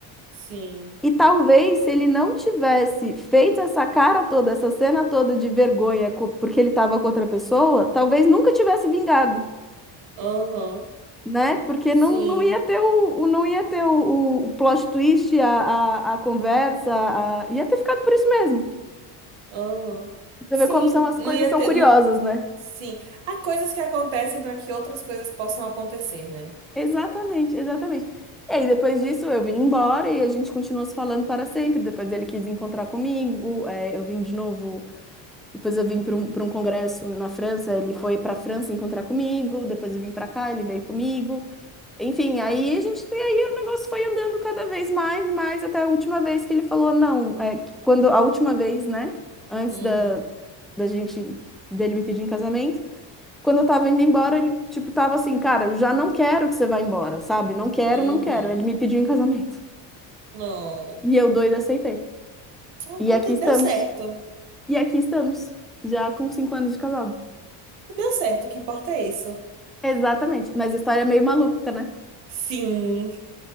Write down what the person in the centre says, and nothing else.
E talvez se ele não tivesse feito essa cara toda, essa cena toda de vergonha co- porque ele estava com outra pessoa, talvez nunca tivesse vingado.
né? Porque
não, não ia ter o, o- não ia ter o, o- o plot twist, a, a, a conversa, a- ia ter ficado por isso mesmo.
Você
vê como são as
coisas
são
curiosas,
né?
Exatamente, exatamente. E aí, depois disso, eu vim embora e a gente continuou se falando para sempre. Depois ele quis encontrar comigo, é, eu vim de novo. Depois eu vim para um, para um congresso na França, ele foi para a França encontrar comigo. Depois eu vim para cá, ele veio comigo. Enfim, aí a gente, e aí o negócio foi andando cada vez mais, mais até a última vez que ele falou, não, é, quando a última vez, né, antes
da, da gente dele me pedir em casamento, quando eu tava indo embora, ele tipo tava assim, cara, eu já não quero que você vá embora, sabe? Não quero,
não quero. Ele me pediu em casamento.
E eu doida aceitei.
E aqui estamos.
E aqui estamos, já com cinco anos de casado.
Exatamente, mas a história é meio maluca, né?